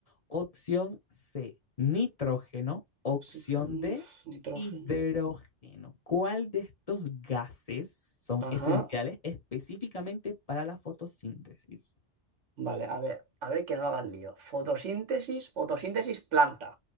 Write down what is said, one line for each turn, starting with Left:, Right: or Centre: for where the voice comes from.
Left: Opción C, nitrógeno. Opción
Right: Oxígeno,
Left: D,
Right: uf, nitrógeno.
Left: hidrógeno. ¿Cuál de estos gases son
Right: Ajá,
Left: esenciales específicamente para la fotosíntesis?
Right: vale, a ver, a ver que no hagas lío. Fotosíntesis, fotosíntesis, planta.